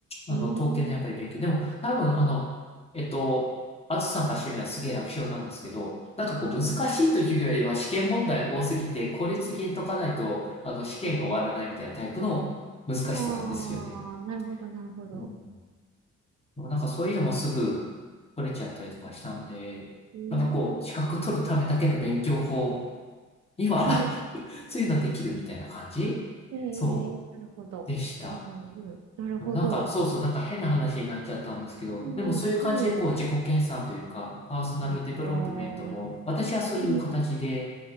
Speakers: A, on the left; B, on the right.
A: あの、
B: うーん
A: 刀剣のやっぱり勉強。でも、多分、あの、えっと、あずさんがしてみればすげえ楽勝なんですけど、なんかこう難しいというよりは試験問題多すぎて効率的に解かないと、
B: あ、
A: あの、試験が終わらないみたいなタイプの難しさなんですよね。
B: へえー、ああなるほど、なるほど。
A: うん。なんかそういうのもすぐ取れちゃったりとかしたんで、
B: うーん。
A: なんかこう、資格取るためだけの勉強法には
B: <laughs>
A: <laughs> そういうのできるみたいな感じそう
B: へえなるほど。
A: でした。
B: うん、うん、なるほど。
A: でもなんか、そうそう、なんか変な話になっちゃったんですけど、
B: うん、
A: でもそういう感じでこう自己研鑽というか、
B: うん、いやいや、
A: パーソナルデベロップメントも、
B: なるほ
A: 私はそういう形で、
B: ど。うん、